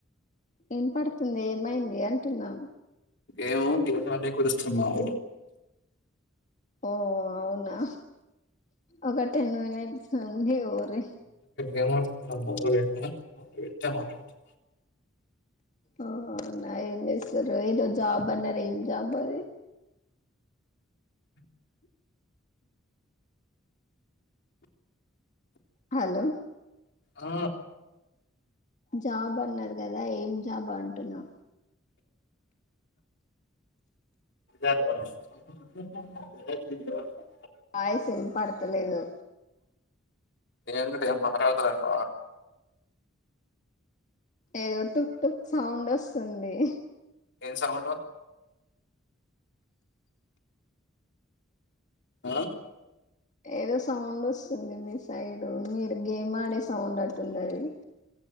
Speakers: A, on the left; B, on the left.
A: వినపడుతుంది ఏమైంది అంటున్నా
B: ఏమో గీతన్ని కురుస్తున్నావు
A: ఓ అవునా ఒక టెన్ మినిట్స్ హ లేేవ ర
B: ఏం మాట్లాడతబ్బా నేను ఇట్లే మాట్లాడుతా
A: ఆ నా ఏం చేస్తురి ఏదో జాబ్ అన్నారు ఏం జాబు అది హలో
B: ఆ
A: జాబ్ అన్నారు కదా ఏం జాబ్ అంటున్నా
B: <unintelligible>
A: పాయసం పడతలేదు
B: ఎందుకట మారవతులంట
A: ఏదో టుక్ టుక్ సౌండ్ వస్తున్ ది
B: ఏన్సగుంట ఆ
A: ఏదో సౌండ్ వస్తుంది మీ సైడ్ మీరు గేమ్ ఆడే సౌండ్ అట్టుంది అది